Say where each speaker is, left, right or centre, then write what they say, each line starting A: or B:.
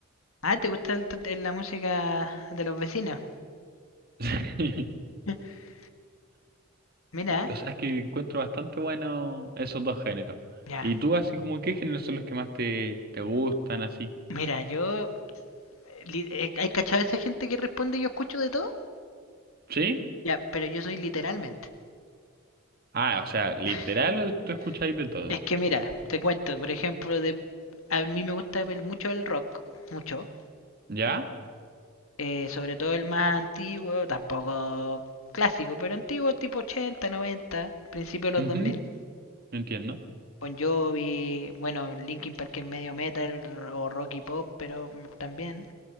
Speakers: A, on the left; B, on the right.
A: Ah, ¿te gusta el to- la música de los vecinos?
B: <laughs>
A: <laughs> Mira,
B: O sea, es que encuentro bastante bueno esos dos géneros.
A: ya.
B: ¿Y tú, así como, qué géneros son los que más te, te gustan, así?
A: Mira, yo. eh, li- eh, ¿Hay cachado esa gente que responde yo escucho de todo?
B: ¿Sí?
A: Ya, pero yo soy literalmente.
B: Ah, o sea, literal,
A: <laughs>
B: o tú escucháis de todo.
A: Es que mira, te cuento, por ejemplo, de, a mí me gusta ver mucho el rock, mucho.
B: ¿Ya?
A: eh, sobre todo el más antiguo, tampoco clásico, pero antiguo tipo 80, 90, principio de los
B: Ujú,
A: dos mil.
B: Entiendo.
A: Bon Jovi, bueno, Linkin Park es medio metal o rock y pop, pero también.